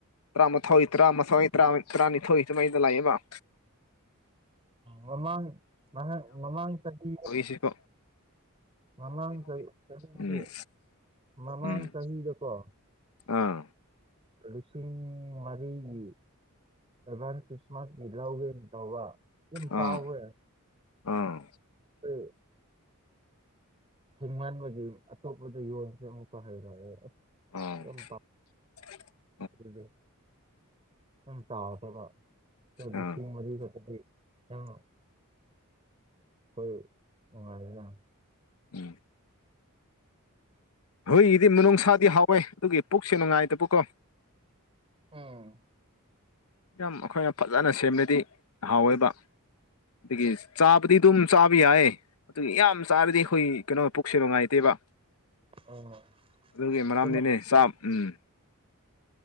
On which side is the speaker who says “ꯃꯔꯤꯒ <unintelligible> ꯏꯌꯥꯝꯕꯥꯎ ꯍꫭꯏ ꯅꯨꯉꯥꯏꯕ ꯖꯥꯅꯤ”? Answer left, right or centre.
Right